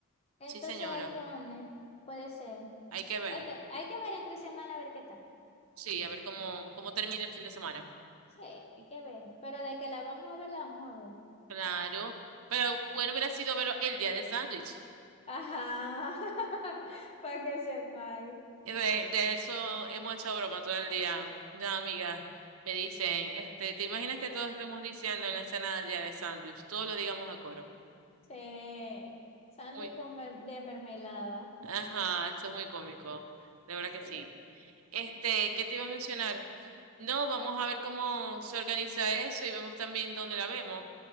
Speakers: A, on the left; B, on the right.
A: Entonces
B: Sí, señora.
A: el lunes puede ser.
B: Hay que ver.
A: Este, hay que ver entre semana a ver qué tal.
B: Sí, a ver cómo, cómo termina el fin de semana.
A: Sí, hay que ver. Pero de que la vamos a ver, la vamos a ver.
B: Claro. Pero bueno, hubiera sido verlo el día del sándwich.
A: Ajá. <laughs> Para que sepáis.
B: De, de eso hemos hecho broma todo el día. Una amiga me dicen, este, ¿te imaginas que todos estemos diciendo en la escena del día del sándwich? Todo lo digamos a coro.
A: Sí. Sandy
B: Muy.
A: con mer- de mermelada.
B: Ajá, eso es muy cómico. De verdad
A: Sí.
B: que sí. Este, ¿qué te iba a mencionar? No, vamos a ver cómo se organiza eso y vemos también dónde la vemos. O